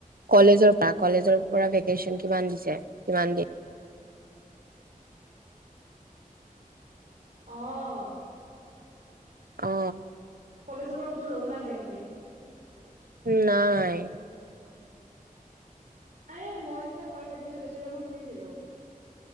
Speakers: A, on the right; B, on the right.
A: কলেজৰ পৰা, কলেজৰ পৰা ভেকেশচন কিমান দিছে কিমান দিন
B: অ
A: অ
B: কলেজৰ পা ক'তো লৈও নাযায় নিকি?
A: নাই,
B: আৰে মই যেতিয়া ফাৰ্ছ এডমিছন লৈছিলো, মই শুনিছিলো।